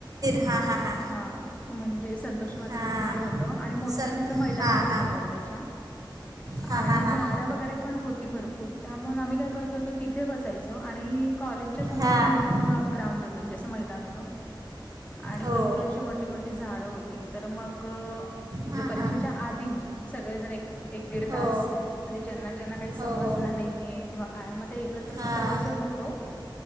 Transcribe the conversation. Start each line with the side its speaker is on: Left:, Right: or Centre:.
Right: हा.. हा.. हा.
Left: अ.. म्हणजे संतोषी मातेच
Right: हां
Left: मंदिर होत आणि मोठ
Right: सन
Left: तिथं मैदान
Right: हां
Left: होत
Right: हां
Left: समोर त्याच्या.
Right: हां
Left: आणि
Right: हां
Left: झाड
Right: हां
Left: वगैरे पण हो भरपूर त्या मग आम्ही काय करत होतो. तिथे बसायचो आणि कॉलेजच्या समोर
Right: हां
Left: पण मोठ हो.. ग्राउंड होत म्हणजे अस मैदान होत. आणि
Right: हो
Left: भरपूर अशी मोठी मोठी झाडं होती. तर मग
Right: हां
Left: जे परीक्षेच्या
Right: हां
Left: आधी सगळेजण एक एक दीड
Right: हो
Left: तास म्हणजे ज्यांना ज्यांना काही समजलं
Right: हो हो
Left: नाहीये? किंवा काय मग ते एकत्र
Right: हां
Left: तिथं बसत होतो.